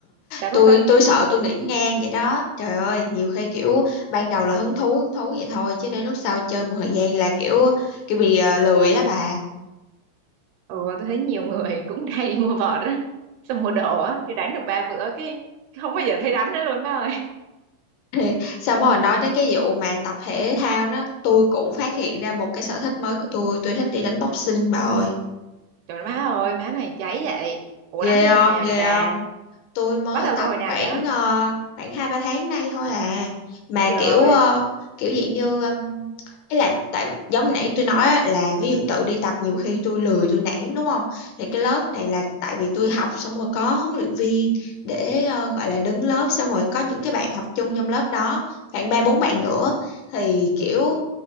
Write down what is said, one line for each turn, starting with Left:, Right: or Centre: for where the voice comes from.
Right: bà có
Left: tôi
Right: cân
Left: tôi sợ tôi nghĩ ngang vậy đó. Trời ơi, nhiều khi kiểu ban đầu là hứng thú hứng thú vậy thôi chứ đến lúc sau chơi một thời gian là kiểu kiểu bị ờ, lười á bà.
Right: ừ tôi thấy nhiều người <laughs> cũng hay đi mua vợt á xong mua đồ á thì đánh được ba bữa cái, cái không bao giờ thấy đánh nữa luôn má ơi
Left: <laughs> Xong rồi nói đến cái vụ mà tập thể thao đó, tôi cũng phát hiện ra một cái sở thích mới của tôi, tôi thích đi đánh boxing bà ơi.
Right: trời má ơi má này cháy vậy ủa
Left: Ghê
Right: đánh từ
Left: không?
Right: hồi nào
Left: Ghê
Right: vậy bà
Left: không? tôi mới
Right: bắt đầu
Left: tập
Right: từ hồi nào
Left: khoảng
Right: vậy
Left: ờ, khoảng hai ba tháng nay thôi à mà
Right: trời
Left: kiểu ờ, kiểu dạng như um, ý là tại giống nãy tôi nói á, là ví dụ tự đi tập nhiều khi tôi lười tôi nản đúng không thì cái lớp này là tại vì tôi học xong rồi có huấn luyện viên để ờ, gọi là đứng lớp xong rồi có những cái bạn học chung trong lớp đó khoảng ba bốn bạn nữa thì kiểu